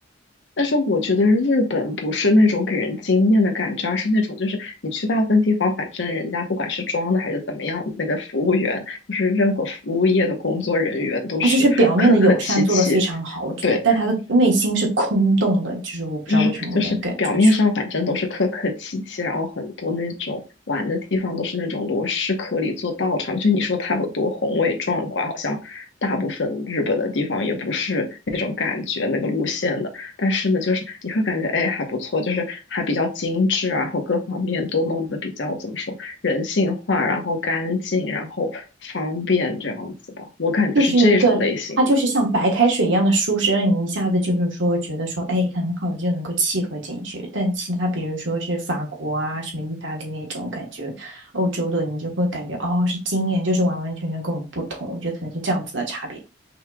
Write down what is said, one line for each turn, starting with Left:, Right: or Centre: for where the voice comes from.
Left: 但是我觉得日本不是那种给人惊艳的感觉啊，而是那种就是你去大部分地方，反正人家不管是装的还是怎么样，那个服务员就是任何服务业的工作人员都是客客气气，
Right: 他就是表面的友善做得非常好，我觉得，
Left: 对。
Right: 但他的内心是空洞的，就是我不知道为什么我能感觉出
Left: 就是就是表面上反正都是客客气气，然后很多那种玩的地方都是那种螺蛳壳里做道场，就你说它有多宏伟壮观，好像大部分日本的地方也不是那种感觉那个路线的，但是呢，就是你会感觉哎还不错，就是还比较精致啊然后各方面都弄得比较怎么说人性化，然后干净，然后方便这样子吧，我感觉是这种类型的。
Right: 就是一个，它就是像白开水一样的舒适，让你一下子就是说觉得说，哎，很好就能够契合进去。但其他比如说是法国啊、什么意大利那种感觉，欧洲的你就会感觉哦是经验，就是完完全全跟我们不同。我觉得可能是这样子的差别。